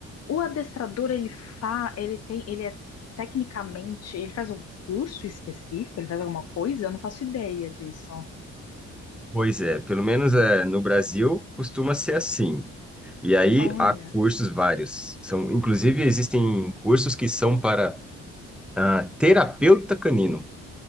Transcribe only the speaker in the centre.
Pois é, pelo menos é, no Brasil costuma ser assim. E aí
há cursos vários. São, inclusive, existem cursos que são para ah, terapeuta canino.